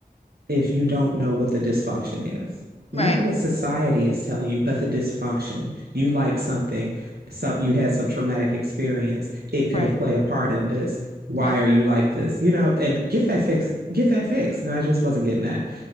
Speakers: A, on the right (about 80°); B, on the left (about 40°).
A: if you don't know what the dysfunction is. Not
B: Right.
A: what society is telling you, but the dysfunction. You like something, some you had some traumatic experience. It could
B: Right.
A: have played a part in this. Why
B: Right.
A: are you like this? You know, and get that fixed, get that fixed. And I just wasn't getting that